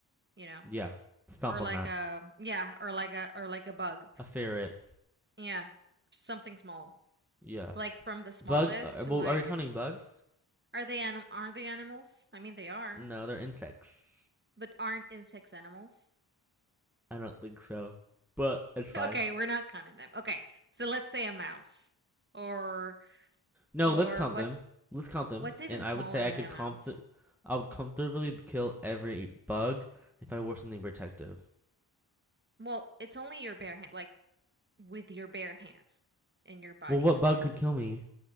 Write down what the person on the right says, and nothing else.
you know,
or like
a yeah, or like a or like a bug.
Yeah, something small.
Like from the smallest
to
like
are they anim are they animals? I mean they are,
but aren't insects animals? <laughs>
Okay, we're not counting them. Okay. So let's say a mouse or
or
what's
what's even
smaller
than
a
mouse?
Well, it's only your bare hand, like with your bare hands and your body.